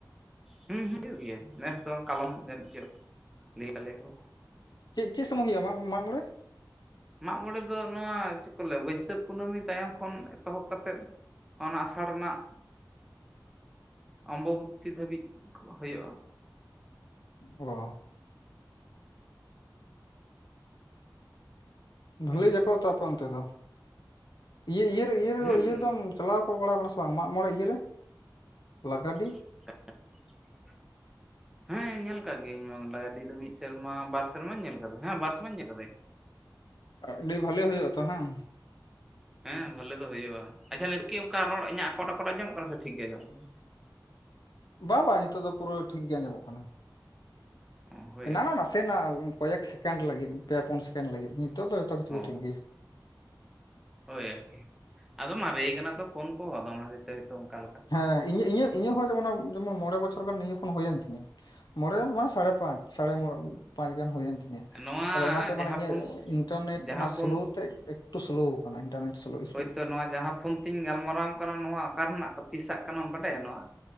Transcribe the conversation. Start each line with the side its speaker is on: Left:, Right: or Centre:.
Centre: ᱦᱮᱸ ᱦᱩᱸ ᱦᱩᱭᱩᱜ ᱜᱮᱭᱟ ᱱᱮᱥ ᱫᱚ ᱠᱟᱞᱚᱢ ᱡᱟᱹᱱᱤᱡ ᱪᱚ ᱞᱟᱹᱭ ᱠᱟᱜ ᱞᱮᱭᱟ ᱠᱚ
Left: ᱪᱮᱫ-ᱪᱮᱫ ᱥᱚᱢᱚᱭ ᱦᱩᱭᱩᱜᱼᱟ ᱢᱟᱜ ᱢᱚᱬᱮ?
Centre: ᱢᱟᱜᱢᱚᱬᱮ ᱫᱚ ᱱᱚᱣᱟ ᱪᱮᱫ ᱠᱚ ᱞᱟᱹᱭᱟ ᱵᱟᱹᱭᱥᱟᱹᱠᱷ ᱠᱩᱱᱟᱹᱢᱤ ᱛᱟᱭᱚᱢ ᱠᱷᱚᱱ ᱮᱛᱚᱦᱚᱵ ᱠᱟᱛᱮᱫ ᱚᱱᱟ ᱟᱥᱟᱲ ᱨᱮᱱᱟᱜ ᱚᱢᱵᱚᱵᱤ ᱫᱷᱟᱹᱵᱤᱡ ᱦᱩᱭᱩᱜᱼᱟ᱾
Left: ᱚ ᱵᱷᱟᱹᱞᱞᱤ
Centre: ᱦᱮᱸᱥᱮ
Left: ᱡᱟᱠᱟᱵ ᱛᱟᱯᱮ ᱚᱱᱛᱮ ᱫᱚ ᱤᱭᱟᱹ-ᱤᱭᱟᱹ
Centre: ᱦᱩᱸ
Left: ᱨᱮᱫᱚᱢ ᱪᱟᱞᱟᱣ ᱠᱚ ᱵᱟᱲᱟ ᱠᱟᱱᱟ ᱵᱟᱝ ᱢᱟᱜ ᱢᱚᱬᱮ ᱤᱭᱟᱹᱨᱮ ᱞᱟᱜᱟᱰᱤ
Centre: ᱵᱟᱝ ᱟᱸᱡᱚᱢ ᱴᱷᱤᱠᱟᱹᱜ ᱠᱟᱱᱟ ᱦᱮᱸ ᱧᱮᱞ ᱟᱠᱟᱫ ᱜᱤᱭᱟᱹᱧ ᱵᱟ ᱞᱟᱜᱟᱰᱤ ᱫᱚ ᱢᱤᱫ ᱥᱮᱨᱢᱟ ᱵᱟᱨ ᱥᱮᱨᱢᱟᱧ ᱧᱮᱞ ᱟᱠᱟᱫᱟ-ᱦᱮᱸ ᱵᱟᱨ ᱥᱮᱨᱢᱟᱧ ᱧᱮᱞ ᱟᱠᱟᱫᱟᱹᱧ
Left: ᱟᱹᱰᱤ ᱵᱷᱟᱞᱮ ᱦᱩᱭᱩᱜ ᱟᱛᱚ ᱦᱮᱸ
Centre: ᱦᱮᱸ ᱵᱷᱟᱞᱮ ᱫᱚ ᱦᱩᱭᱩᱜᱼᱟ ᱟᱪᱷᱟ ᱱᱤᱛᱠᱤ ᱚᱱᱠᱟ ᱨᱚᱲ ᱤᱧᱟᱹᱜ ᱟᱠᱚᱴ- ᱟᱠᱚᱴ ᱟᱡᱚᱢᱚᱜ ᱠᱟᱱᱟ ᱥᱮ ᱴᱷᱤᱠ ᱜᱮ ᱟᱸᱢᱚᱜ ᱠᱟᱱᱟ?
Left: ᱵᱟ-ᱵᱟᱝ ᱱᱤᱛᱚᱜ ᱫᱚ ᱯᱩᱨᱟᱹ ᱴᱷᱤᱠ ᱜᱮ ᱟᱸᱡᱟᱢᱚᱜ ᱠᱟᱱᱟ᱾
Centre: ᱠᱟᱱᱟ ᱦᱳᱭ
Left: ᱮᱱᱟ
Centre: ᱟᱨᱠᱤ
Left: ᱱᱟ ᱱᱟᱥᱮᱱᱟᱜ ᱠᱚᱭᱮᱠ ᱥᱮᱠᱮᱱᱰ ᱞᱟᱹᱜᱤᱫ ᱯᱮ, ᱯᱩᱱ ᱥᱮᱠᱮᱱᱰ ᱞᱟᱹᱜᱤᱫ ᱱᱤᱛᱚᱜ ᱫᱚ ᱡᱚᱛᱚ ᱠᱤᱪᱷᱩ
Centre: ᱚ
Left: ᱜᱮ ᱴᱷᱤᱠ ᱜᱮᱭᱟ
Centre: ᱦᱳᱭ ᱟᱨᱠᱤ ᱟᱫᱚ ᱢᱟᱨᱮ ᱟᱠᱟᱱᱟ ᱛᱚ ᱯᱷᱳᱱ ᱠᱚᱦᱚᱸ ᱟᱫᱚ ᱚᱱᱟ ᱫᱤᱛᱮ ᱚᱠᱟ
Left: ᱦᱮᱸ ᱤᱧ ᱤᱧᱟᱹᱜ-ᱤᱧᱟᱹᱜ ᱦᱚᱸ ᱡ ᱡᱮᱢᱚᱱ ᱢᱚᱬᱮ ᱵᱚᱪᱷᱚᱨ ᱜᱟᱱ ᱱᱤᱭᱟᱹ ᱯᱷᱳᱱ ᱦᱩᱭᱮᱱ ᱛᱤᱧᱟᱹ ᱢᱚᱬᱮ ᱢᱟᱥ ᱥᱟᱲᱮ ᱯᱟᱸᱪ ᱥᱟᱲᱮ ᱢᱚᱬ ᱯᱟᱸᱪ ᱜᱟᱱ ᱦᱩᱭᱮᱱ ᱛᱤᱧᱟ
Centre: ᱱᱚᱣᱟ
Left: ᱟᱫᱚ ᱚᱱᱟᱛᱮ ᱢᱟᱱᱮ
Centre: ᱡᱟᱦᱟᱸ
Left: ᱤᱧᱟᱹᱜ
Centre: ᱯᱷᱳᱱ
Left: ᱤᱱᱴᱟᱨᱱᱮᱴ
Centre: ᱡᱟᱦᱟᱸ
Left: ᱚᱱᱟ
Centre: ᱯᱷᱳᱱ
Left: ᱥᱞᱳ ᱛᱮ ᱮᱠᱴᱩ ᱥᱞᱳ ᱟᱠᱟᱱᱟ ᱤᱱᱴᱟᱨᱱᱮᱴᱞᱳ
Centre: ᱦᱳᱭᱛᱳ ᱱᱚᱣᱟ ᱡᱟᱦᱟᱸ ᱯᱷᱳᱱ ᱛᱤᱧ ᱜᱟᱞᱢᱟᱨᱟᱣ ᱣᱟᱢ ᱠᱟᱱᱟ ᱱᱚᱣᱟ ᱚᱠᱟ ᱨᱮᱱᱟᱜ ᱛᱤᱥᱟᱜ ᱠᱟᱱᱟᱢ ᱵᱟᱰᱟᱭᱟ ᱱᱚᱣᱟ?